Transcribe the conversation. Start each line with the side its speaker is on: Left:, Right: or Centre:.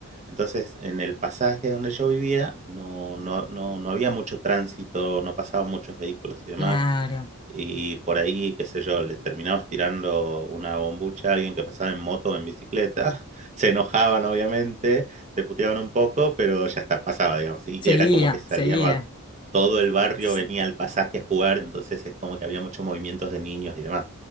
Right: Entonces, en el pasaje donde yo vivía no, no, no, no había mucho tránsito, no pasaban muchos vehículos y demás.
Left: Claro,
Right: Y por ahí, qué sé yo, le terminabas tirando una bombucha a alguien que pasaba en moto o en bicicleta. <laughs> Se enojaban, obviamente, te puteaban un poco, pero ya está, pasaba, digamos. Y
Left: seguía,
Right: que era como que salía
Left: seguía.
Right: ma- todo el barrio,
Left: S-
Right: venía al pasaje a jugar, entonces es como que había muchos movimientos de niños y demás.